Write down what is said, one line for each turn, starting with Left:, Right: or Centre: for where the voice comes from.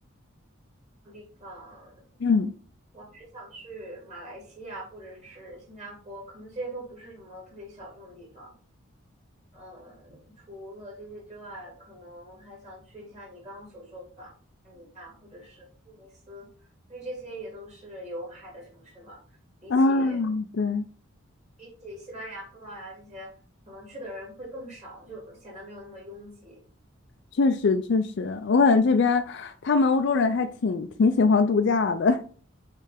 Right: 地方
Left: 嗯。
Right: 我还想去马来西亚或者是新加坡，可能这些都不是什么特别小众的地方。嗯，除了这些之外，可能还想去一下你刚刚所说的安尼亚或者是突尼斯，因为这些也都是有海的城市嘛。比起
Left: 啊，对，
Right: 比起西班牙、葡萄牙这些，可能去的人会更少，就显得没有那么拥挤。
Left: 确实确实，我感觉这边他们欧洲人还挺挺喜欢度假的。<laughs>